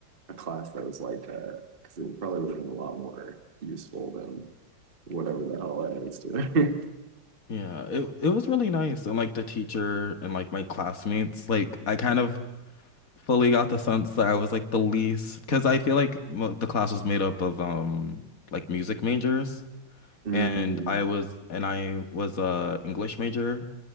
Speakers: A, on the right; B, on the left.
A: a class that was like that because it probably would have been a lot more useful than whatever the hell I was doing. <laughs>
B: Yeah, it it was really nice and like the teacher and like my classmates, like I kind of fully got the sense that I was like the least because I feel like mo- the class was made up of um like music majors.
A: Mm,
B: and I was and I was a English major,